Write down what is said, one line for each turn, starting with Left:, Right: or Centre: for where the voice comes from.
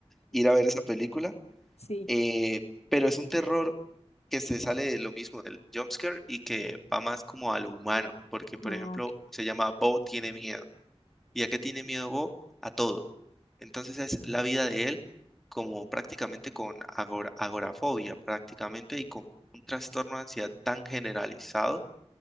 Centre: ir a ver esa película
Left: Sí.
Centre: eh, pero es un terror que se sale de lo mismo del jumpscare y que va más como a lo humano, porque por
Left: Ah,
Centre: ejemplo
Left: ok.
Centre: se llama Bo tiene miedo. ¿Y a qué tiene miedo Bo? A todo. Entonces es la vida de él como prácticamente con agora- agorafobia prácticamente y con un trastorno de ansiedad tan generalizado